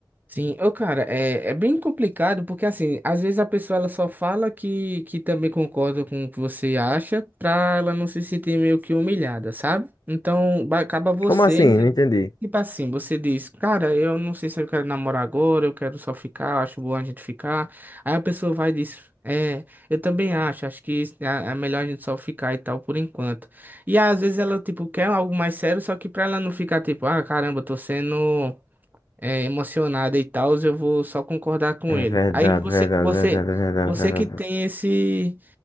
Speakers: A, on the right (about 20°); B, on the left (about 55°).
A: Sim, ô cara, é, é bem complicado porque assim, às vezes a pessoa ela só fala que, que também concorda com o que você acha pra ela não se sentir meio que humilhada, sabe? Então ba- acaba você,
B: Como assim?
A: entendeu?
B: Não entendi.
A: Tipo assim, você diz, cara, eu não sei se eu quero namorar agora, eu quero só ficar, eu acho bom a gente ficar. Aí a pessoa vai e diz, é, eu também acho, acho que isso- é é melhor a gente só ficar e tal por enquanto. E às vezes ela, tipo, quer algo mais sério, só que pra ela não ficar tipo, ah, caramba, eu tô sendo é, emocionada e tal, eu vou só concordar com
B: É
A: ele.
B: verdade,
A: Aí você,
B: verdade,
A: você,
B: verdade, verdade,
A: você
B: verdade.
A: que tem esse